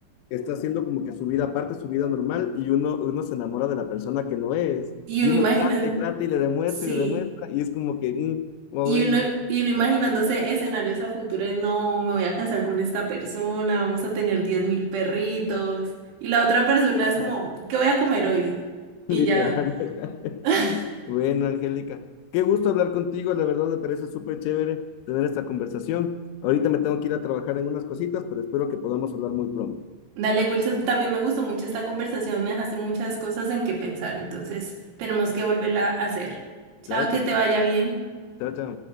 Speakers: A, on the left; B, on the right.
A: está haciendo como que su vida aparte, su vida normal, y uno, uno se enamora de la persona que no es,
B: Y
A: y
B: uno
A: uno
B: imagina,
A: trata y trata y le demuestra
B: sí.
A: y le demuestra, y es como que, mm, oh,
B: Y
A: bueno,
B: uno, y uno imaginándose
A: <laughs>
B: escenarios a futuro, de, no, me voy a casar con esta persona, vamos a tener diez mil perritos. Y la otra persona es como, ¿qué voy a comer hoy? Y
A: literal.
B: ya.
A: <laughs>
B: <laughs>
A: Bueno, Angélica, qué gusto hablar contigo, la verdad me parece súper chévere tener esta conversación. Ahorita me tengo que ir a trabajar en unas cositas, pero espero que podamos hablar muy pronto.
B: Dale, Wilson, también me gustó mucho esta conversación, me dejaste muchas cosas en que pensar, entonces tenemos que volverla a hacer. Chao,
A: Claro
B: que
A: que sí.
B: te vaya bien.
A: Chao, chao.